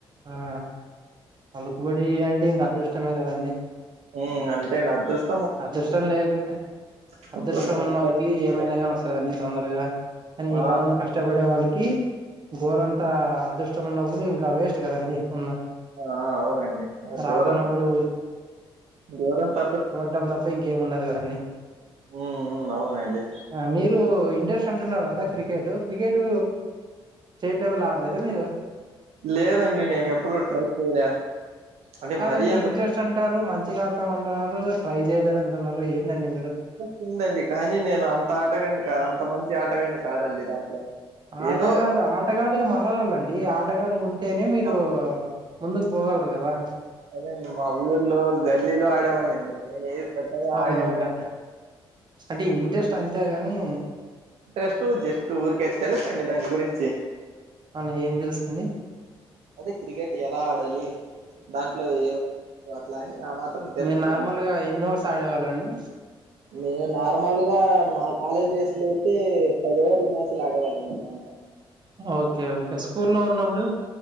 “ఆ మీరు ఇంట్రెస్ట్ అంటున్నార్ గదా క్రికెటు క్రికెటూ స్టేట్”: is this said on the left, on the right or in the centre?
Right